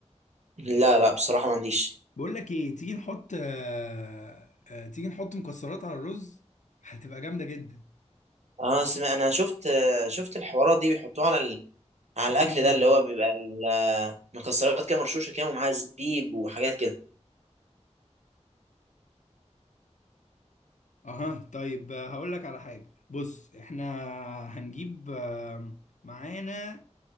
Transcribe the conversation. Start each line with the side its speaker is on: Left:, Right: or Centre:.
Right: لا لا بصراحه ما عنديش
Left: بقول لك ايه تيجي نحط آه، آه، تيجي نحط مكسرات على الرز هتبقى جامدة جدا
Right: اه سم... انا شفت آه شفت الحوارات دي بيحطوها على على
Left: مم.
Right: الاكل ده اللي هو بيبقى ال- مكسرات كده مرشوشه كده ومعاها زبيب وحاجات كده
Left: اها طيب آه، هقول لك على حاجة بص احنا هنجيب آه، معانا